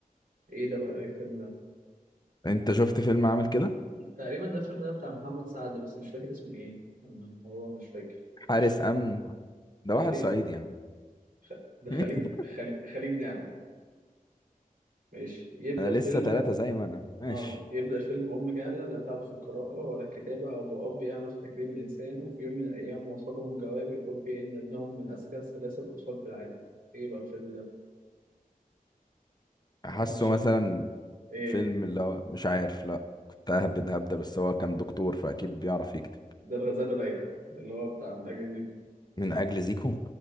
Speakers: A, on the right (about 75°); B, on the left (about 30°).
A: إيه ده بقى إيه الفيلم ده
B: انت شفت فيلم عامل كده
A: تقريبا ده الفيلم ده بتاع محمد سعد بس مش فاكر اسمه إيه والله هو مش فاكر مش
B: حارس امن ده
A: تقريبا
B: واحد صعيدي يعني
A: خ- ده خليج
B: <laughs>
A: خليج, خليج نعمة ماشي يبدأ
B: انا لسه
A: فيلم
B: ثلاثة زي ما انا ماشي
A: اه يبدأ فيلم أم جهلة لا تعرف القراءة ولا الكتابة أو أب يعمل في تكريم الإنسان وفي يوم من الأيام وصل لهم جواب يقول فيه إن ابنهم من أذكى ثلاثة أطفال في العالم إيه بقى الفيلم ده؟
B: حاسه
A: أنور الشام
B: مثلا
A: إيه
B: فيلم اللي هو مش عارف لا كنت ههبد هبدة بس هو كان دكتور فاكيد بيعرف يكتب
A: ده الغزالة الرايقة اللي هو بتاع من أجل زيكو
B: من اجل زيكو